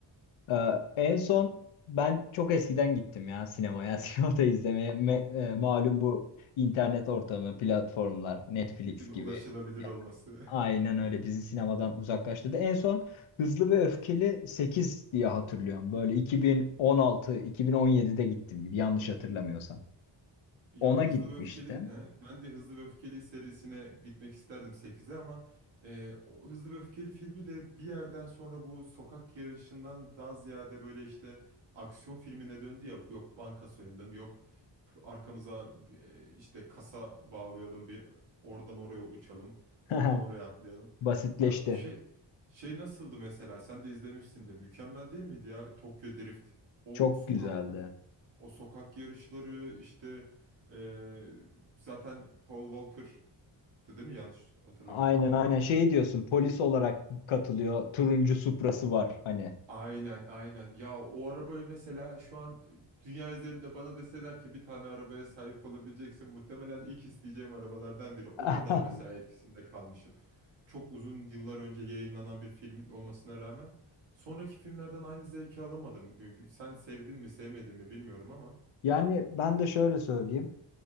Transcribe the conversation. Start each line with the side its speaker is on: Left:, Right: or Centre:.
Left: Ee, en son ben çok eskiden gittim ya sinemaya, <laughs> sinemada izlemeye. Me- e, malum bu internet ortamı, platformlar, Netflix
Right: Değil
Left: gibi.
Right: mi? Ulaşılabilir
Left: Ya,
Right: olması.
Left: Aynen
Right: <laughs>
Left: öyle bizi sinemadan uzaklaştırdı. En son Hızlı ve Öfkeli sekiz diye hatırlıyorum. Böyle 2016-2017'de gittim gibi yanlış hatırlamıyorsam.
Right: Ya
Left: Ona
Right: Hızlı
Left: gitmiştim.
Right: ve Öfkeli, he, ben de Hızlı ve Öfkeli serisine gitmek isterdim sekize ama e, o Hızlı ve Öfkeli filmi de bir yerden sonra bu sokak yarışından daha ziyade böyle işte aksiyon filmine döndü ya. Yok banka soyalım, yok arkamıza e, işte kasa bağlayalım, bir oradan oraya uçalım, oradan
Left: <laughs>
Right: oraya atlayalım.
Left: Basitleşti.
Right: Ya şey şey nasıldı mesela? Sen de izlemişsindir. Mükemmel değil miydi ya Tokyo Drift? O
Left: Çok
Right: sokak
Left: güzeldi.
Right: o sokak yarışları işte ee, zaten Paul Walker'dı değil mi? Yanlış hatırlamıyorum.
Left: Aynen aynen şey diyorsun polis olarak katılıyor turuncu Supra'sı var hani.
Right: Aynen aynen. Ya o arabayı mesela şu an dünya üzerinde bana deseler ki bir tane arabaya sahip olabileceksin. Muhtemelen ilk isteyeceğim arabalardan biri. O
Left: <laughs>
Right: kadar mesela etkisinde kalmışım. Çok uzun yıllar önce yayınlanan bir film olmasına rağmen sonraki filmlerden aynı zevki alamadım. Bir- bir- Sen sevdin mi sevmedin mi bilmiyorum ama.
Left: Yani ben de şöyle söyleyeyim.